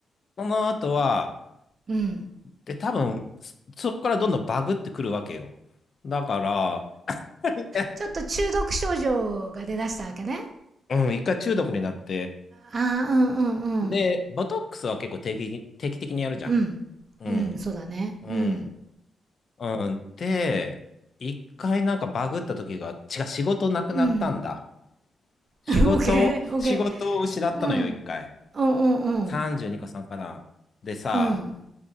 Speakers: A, on the left; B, on the right.
A: その後は、
B: うん。
A: で、多分、そそこからどんどんバグってくるわけよ。だから、<laughs>
B: ちょっと中毒症状が出だしたわけね。
A: うん、一回中毒になって。
B: ああ、うんうんうん。
A: で、ボトックスは結構定期、定期的にやるじゃん。
B: うん。
A: うん。
B: うん、そうだね。
A: うん。
B: うん。
A: うん。で、一回なんかバグった時が、違う、仕事なくなったんだ。
B: うん。
A: 仕事を、
B: <laughs> オッケー、オッケ
A: 仕事を失ったのよ、
B: ー。うん。うん
A: 一回。
B: うんうん。
A: 32個さんかな。でさ、
B: うん。